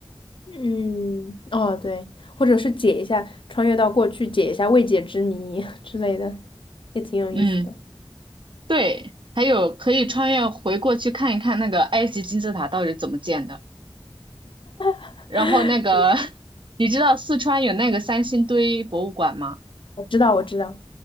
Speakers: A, on the left (about 65°); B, on the right (about 60°).
A: 嗯，哦，对，或者是解一下，穿越到过去解一下未解之谜 <laughs> 之类的，也挺有意思的。
B: 嗯，对，还有可以穿越回过去看一看那个埃及金字塔到底怎么建的，
A: <laughs>
B: 然后那个 <laughs> 你知道四川有那个三星堆博物馆吗？
A: 我知道，我知道，